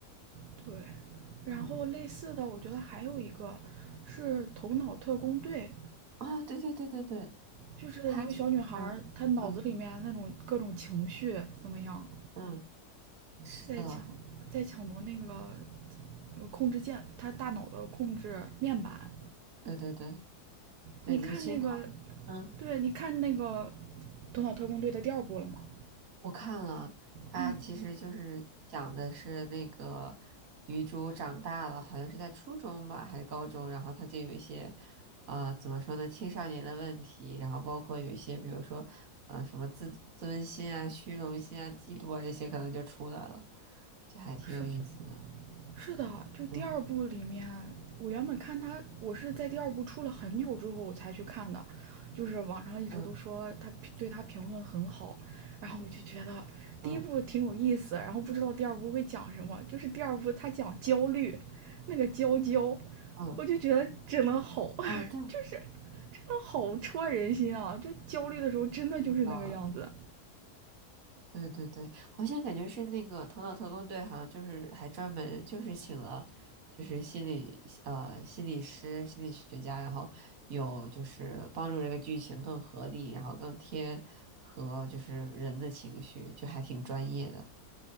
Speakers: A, on the right (about 80°); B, on the right (about 60°).
A: 对，然后类似的，
B: 嗯
A: 我觉得还有一个是《头脑特工队》，
B: 啊，对对对对对，
A: 就是一个小女孩她脑子里面那种各种情绪怎么样，
B: 他是，嗯嗯嗯，是的，
A: 在抢在抢夺那个呃控制键，她大脑的控制面板。
B: 对对对对，
A: 你看那个，
B: 尤其他。嗯，
A: 对，你看那个《头脑特工队》的第二部了吗？
B: 我看了，它其实就是讲的是那个
A: 嗯，
B: 女主长大了，好像是在初中吧，还是高中，然后她就有一些，呃，怎么说呢，青少年的问题，然后包括有一些，比如说，呃，什么自自尊心啊、虚荣心啊、嫉妒啊这些，可能就出来了，就还挺有意思的。
A: 是是的，就第二部里面，
B: 嗯
A: 我原本看他，我是在第二部出了很久之后我才去看的，就是网上一直都说他对他评论很好，
B: 嗯
A: 然后我就觉得第一部挺有意思，
B: 嗯
A: 然后不知道第二部会讲什么，就是第二部他讲焦虑，那个娇娇，
B: 嗯嗯，
A: 我就觉得真的好，
B: 哦，
A: <laughs>
B: 对，
A: 就是真的好戳人心啊！就焦虑的时候真的就是那个样子，
B: 那个。对对对，好像感觉是那个《头脑特工队》，好像就是还专门就是请了，就是心理呃心理师、心理学家，然后有就是帮助这个剧情更合理，然后更贴合就是人的情绪，就还挺专业的。